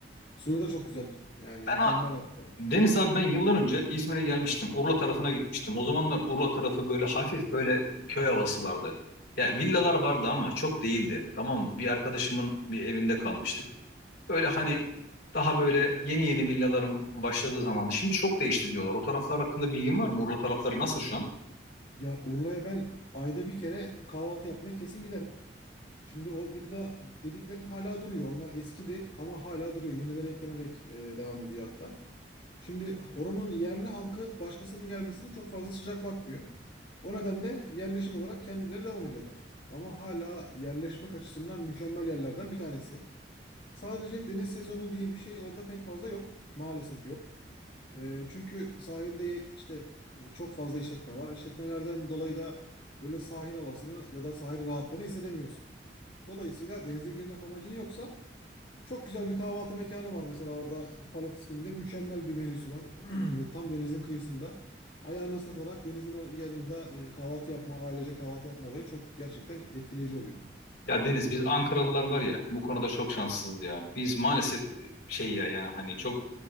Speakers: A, on the left; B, on the left.
A: Suyu da çok güzel. Yani
B: Ben
A: mükemmel
B: ha-
A: hatta.
B: Deniz abi ben yıllar önce İzmir'e gelmiştim. Urla tarafına gitmiştim. O zamanlar Urla tarafı böyle hafif böyle köy havası vardı. Ya villalar vardı ama çok değildi. Tamam mı? bir arkadaşımın bir evinde kalmıştık. Böyle hani daha böyle yeni yeni villaların başladığı zamandı. Şimdi çok değişti diyorlar. O taraflar hakkında bilgin var mı? Urla tarafları nasıl şu an?
A: Ya Urla'ya ben ayda bir kere kahvaltı yapmaya kesin giderim. Şimdi o villa dediklerin hala duruyor. Onlar eskidi ama hala duruyor. Yenileri eklenerek e, devam ediyor hatta. Şimdi oranın yerli halkı başkasının gelmesine çok fazla sıcak bakmıyor. O nedenle yerleşim olarak kendileri devam ediyorlar. Ama hala yerleşmek açısından mükemmel yerlerden bir tanesi. Sadece deniz sezonu diye bir şey orada pek fazla yok. Maalesef yok. Ee, çünkü sahilde işte e, çok fazla işletme var. İşletmelerden dolayı da böyle sahil havasını ya da sahil rahatlığını hissedemiyorsun. Dolayısıyla denize girmek amacın yoksa çok güzel bir kahvaltı mekanı var mesela orada Palet isminde. Mükemmel bir menüsü var. <clears throat> Ve Tam denizin kıyısında. Ayağını ıslatarak denizin o yanında e, kahvaltı yapma, ailece kahvaltı yapma olayı çok gerçekten etkileyici oluyor.
B: Ya Deniz biz Ankaralılar var ya bu konuda çok şanssızız ya. Biz maalesef şey ya yani hani çok